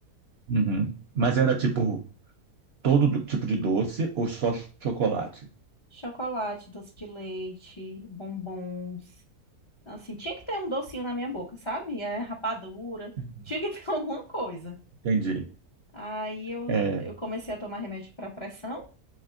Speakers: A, on the right; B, on the left.
A: Uhum. Mas era tipo todo do- tipo de doce ou só chocolate?
B: Chocolate, doce de leite, bombons. Assim, tinha que ter um docinho na minha boca, sabe? É, rapadura.
A: Uhum.
B: Tinha que <laughs> ter alguma coisa.
A: Entendi.
B: Aí eu,
A: É.
B: eu comecei a tomar remédio para pressão